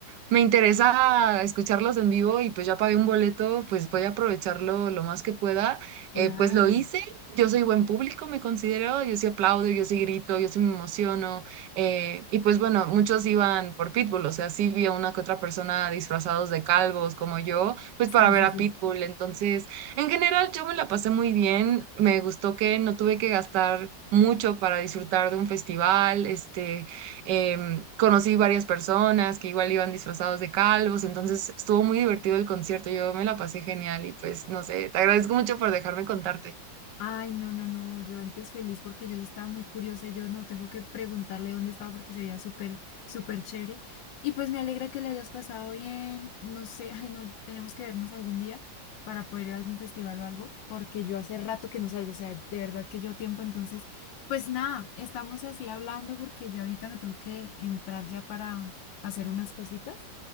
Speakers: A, on the right (about 75°); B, on the left (about 75°).
A: Me interesa escucharlos en vivo y pues ya pagué un boleto, pues voy a aprovecharlo lo más que pueda.
B: claro.
A: Eh, pues lo hice, yo soy buen público, me considero, yo sí aplaudo, yo sí grito, yo sí me emociono. eh, y pues bueno, muchos iban por Pitbull, o sea, sí vi a una que otra persona disfrazados de calvos como yo, pues
B: Sí,
A: para ver
B: sí,
A: a
B: sí.
A: Pitbull. Entonces, en general yo me la pasé muy bien, me gustó que no tuve que gastar mucho para disfrutar de un festival, este... Em, conocí varias personas que igual iban disfrazados de calvos, entonces estuvo muy divertido el concierto, yo me la pasé genial y pues no sé, te agradezco mucho por dejarme contarte.
B: Ay, no, no, no, yo antes feliz porque yo sí estaba muy curiosa y yo no tengo que preguntarle dónde estaba porque se veía súper, súper chévere. Y pues me alegra que le hayas pasado bien, no sé, ay, no, tenemos que vernos algún día para poder ir a algún festival o algo, porque yo hace rato que no salgo, o sea, de verdad que llevo tiempo, entonces, pues nada, estamos así hablando porque ya ahorita me tengo que entrar ya para hacer unas cositas.